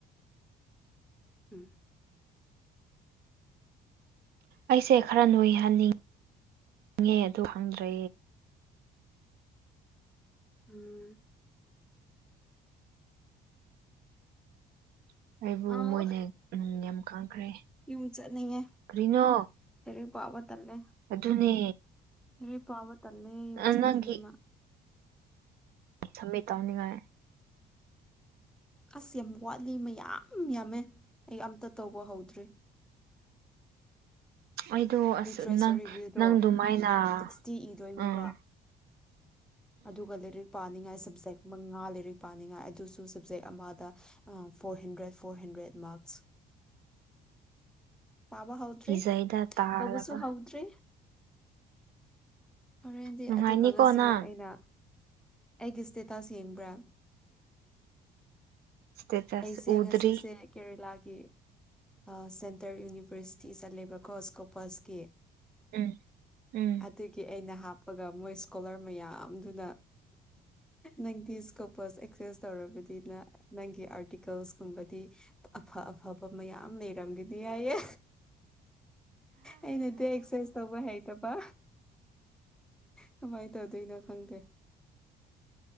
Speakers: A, in the centre; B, on the right (about 65°).
A: ꯎꯝ
B: ꯑꯩꯁꯦ ꯈꯔ ꯅꯣꯏꯍꯟꯅꯤꯡ ꯉꯦ ꯑꯗꯨ ꯈꯪꯗ꯭ꯔꯦ
A: ꯎꯝ
B: ꯑꯩꯕꯨ
A: ꯑꯥꯎ
B: ꯃꯣꯏꯅ ꯌꯥꯝ ꯈꯪꯈ꯭ꯔꯦ
A: ꯌꯨꯝ ꯆꯠꯅꯤꯡꯉꯦ
B: ꯀꯔꯤꯅꯣ
A: ꯂꯥꯏꯔꯤꯛ ꯄꯥꯕ ꯇꯟꯂꯦ
B: ꯑꯗꯨꯅꯦ
A: ꯂꯩꯔꯤꯛ ꯄꯥꯕ ꯇꯟꯕꯒꯤ ꯌꯨꯝ
B: ꯑ
A: ꯆꯠꯅꯤꯡꯉꯦ
B: ꯅꯪꯒꯤ
A: ꯃꯥ
B: ꯁꯃꯤꯠ ꯇꯧꯅꯤꯉꯥꯏ
A: ꯑꯁ ꯌꯥꯝ ꯋꯥꯠꯂꯤ ꯃꯌꯥꯝ ꯌꯥꯝꯃꯦ ꯑꯩ ꯑꯝꯇ ꯇꯧꯕ ꯍꯧꯗ꯭ꯔꯤ
B: ꯑꯩꯗꯣ ꯑꯁ
A: ꯂꯤꯇꯔꯦꯆꯔ
B: ꯅꯪ
A: ꯔꯤꯚ꯭ꯌꯨꯗꯣ
B: ꯅꯪ ꯑꯗꯨꯃꯥꯏꯅ
A: ꯁꯤꯛꯁꯇꯤ ꯏꯗꯣꯏꯅꯦꯕ
B: ꯑꯥ
A: ꯑꯗꯨꯒ ꯂꯥꯏꯔꯤꯛ ꯄꯥꯅꯤꯡꯉꯥꯏ ꯁꯕꯖꯦꯛ ꯃꯉꯥ ꯂꯥꯏꯔꯤꯛ ꯄꯥꯅꯤꯉꯥꯏ ꯑꯗꯨꯁꯨ ꯁꯕꯖꯦꯛ ꯑꯃꯗ ꯑ four hundred four hundred marks ꯄꯥꯕ ꯍꯧꯗ꯭ꯔꯤ
B: ꯀꯤꯖꯩꯗ ꯇꯥꯔꯒ
A: ꯂꯧꯕꯁꯨ ꯍꯧꯗ꯭ꯔꯤ ꯍꯣꯔꯦꯟꯗꯤ
B: ꯅꯨꯡꯉꯥꯏꯅꯤꯀꯣ
A: ꯑꯗꯨꯒ ꯉꯁꯤꯅ
B: ꯅꯪ
A: ꯑꯩꯅ ꯑꯩꯒꯤ ꯏꯁꯇꯦꯇꯁ ꯌꯦꯡꯕ꯭ꯔꯥ
B: ꯏꯁꯇꯦꯇꯁ
A: ꯑꯩꯁꯦ
B: ꯎꯗ꯭ꯔꯤ
A: ꯉꯁꯤꯁꯦ ꯀꯦꯔꯦꯂꯥꯒꯤ ꯑꯥ ꯁꯦꯟ ꯏꯟꯇꯔ ꯌꯨꯅꯤꯚꯔꯁꯤꯇꯤ ꯆꯠꯂꯦꯕꯀꯣ ꯏꯁ ꯀꯣꯄꯁꯀꯤ
B: ꯎꯝ ꯎꯝ
A: ꯑꯗꯨꯒꯤ ꯑꯩꯅ ꯍꯥꯞꯄꯒ ꯃꯣꯏ ꯏꯁ꯭ꯀꯣꯂꯔ ꯃꯌꯥꯝꯗꯨꯅ ꯅꯪꯗꯤ ꯁꯀꯣꯄꯁ ꯑꯦꯛꯁꯦꯁ ꯇꯧꯔꯕꯗꯤ ꯃꯤꯅ ꯅꯪꯒꯤ ꯑꯥꯔꯇꯤꯀꯜꯁꯀꯨꯝꯕꯗꯤ ꯑꯐ ꯑꯐꯕ ꯃꯌꯥꯝ ꯂꯩꯔꯝꯒ ꯌꯥꯏꯌꯦ ꯑꯩꯅꯗꯤ ꯑꯦꯛꯆꯦꯟꯁ ꯇꯧꯕ ꯍꯩꯇꯕ ꯀꯃꯥꯏꯟ ꯇꯧꯗꯣꯏꯅꯣ ꯈꯪꯗꯦ